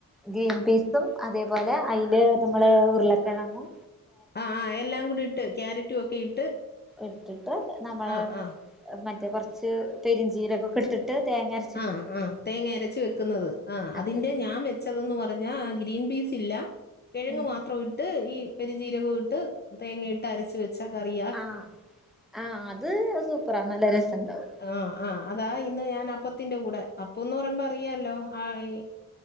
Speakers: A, in the centre; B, on the left.
A: ഗ്രീൻപീസും അതേപോലെ അയില് നമ്മള് ഉരുളക്കെ ഴങ്ങും
B: ആഹ് ആഹ് എല്ലാം കൂടി ഇട്ട് ക്യാരറ്റും ഒക്കെ ഇട്ട്
A: ഇട്ടിട്ട് നമ്മള്
B: ആ ആ
A: മറ്റേ കോറച്ച് പെരിഞ്ചീരകൊക്കെ ഇട്ടിട്ട് തേങ്ങരച്
B: ആഹ് ആഹ് തേങ്ങ അരച്ച് വെക്കുന്നത് ആഹ്
A: അതെ
B: അതിന്റെ ഞാൻ വെക് ച്ചതെന്ന് പറഞ്ഞ ആ ഗ്രീൻ പീസ് ഇല്ല കെഴങ്ങ്
A: ഉം
B: മാത്രം ഇട്ട് ഈ പെരിംജീരകം ഇട്ട് തേങ്ങയിട്ട് അരച്ച് വെച് ച്ച കറിയ
A: ആഹ് ആഹ് അത് സൂപ്പറാ നല്ല രസണ്ടാവും
B: ആഹ് ആഹ് അതാ ഇന്ന് ഞാൻ അപ് പ്പത്തിന്റെ കൂടെ അപ്പോന്ന് പറയുമ്പോ അറിയാല്ലോ ആഹ്